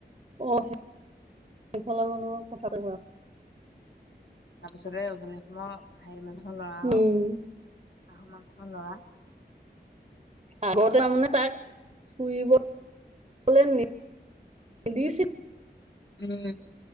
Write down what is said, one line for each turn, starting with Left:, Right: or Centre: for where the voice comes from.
Right: অ সেইফালৰ মানুহ কথা।
Left: তাৰ পিছতে উজনি অসমৰ হেৰি মানুহৰ ল'ৰা আৰু
Right: উম
Left: অসমৰ মানুহৰ ল'ৰা
Right: আগত মানে তাক ফুৰিবলৈ <unintelligible>
Left: উম',